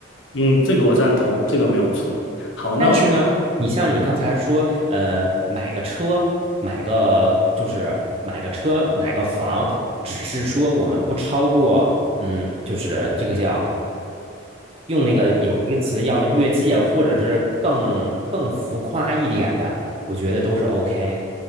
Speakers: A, on the left (about 80°); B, on the right (about 30°).
A: 嗯，这个我赞同，这个没有错。好，那
B: 但是呢，你像你刚才说，呃，买个车，买个就是买个车，买个房，只是说我们不超过，嗯，就是这个叫用那个有一个词叫越界，或者是更更浮夸一点的，我觉得都是 OK。